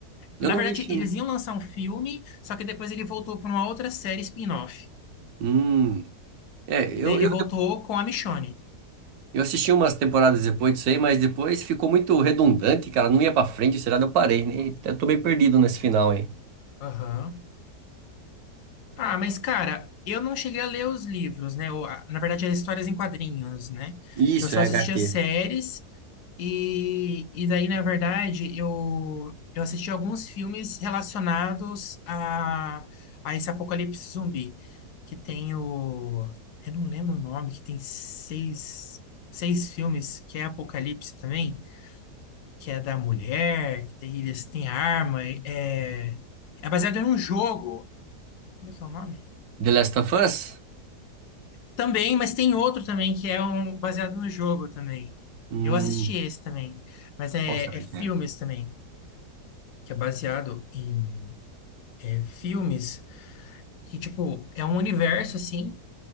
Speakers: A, on the right; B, on the left.
A: Eu
B: Na
A: não
B: verdade,
A: vi esse filme.
B: eles iam lançar um filme, só que depois ele voltou para uma outra série spin-off.
A: Hum. É,
B: E
A: eu,
B: daí ele
A: eu,
B: voltou com a Michonne.
A: eu assisti umas temporadas depois disso aí, mas depois ficou muito redundante, cara. Não ia pra frente, será? Eu parei, né? Até tô meio perdido nesse final aí.
B: Aham. Ah, mas cara, eu não cheguei a ler os livros, né? Ou, a- na verdade, as histórias em quadrinhos, né?
A: Isso,
B: Eu só
A: é
B: assistia
A: HQ.
B: séries e, e daí, na verdade, eu, eu assisti alguns filmes relacionados a, a esse apocalipse zumbi, que tem o... Eu não lembro o nome, que tem seis, seis filmes, que é Apocalipse também, que é da mulher, que tem, eles têm arma, é, é baseado em um jogo. Como é que é o nome?
A: The Last of Us?
B: Também, mas tem outro também que é um baseado no jogo também.
A: Hum,
B: Eu assisti esse também, mas é,
A: qual será
B: é
A: que
B: filmes
A: é?
B: também, que é baseado em é, filmes que, tipo, é um universo assim.